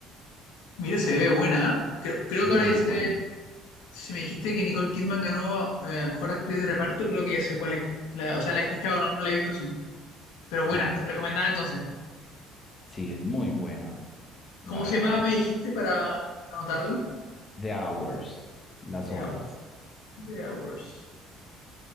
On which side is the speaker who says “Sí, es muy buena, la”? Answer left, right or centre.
Left